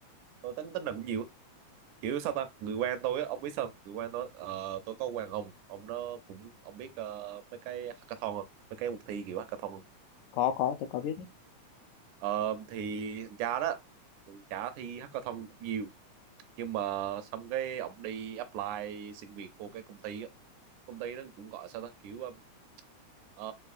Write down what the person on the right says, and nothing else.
tôi tính tính là cũng nhiều kiểu sao ta người quen tôi á ông biết sao người quen tôi ờ, tôi có quen ông ông nó cũng ông biết ờ, mấy cái hackathon không mấy cái cuộc thi kiểu hackathon không
Ờ, thì thằng cha đó thằng cha thi hackathon cũng nhiều nhưng mà xong cái ông đi apply xin việc vô cái công ty á công ty nó cũng gọi sao ta kiểu ờ, ờ,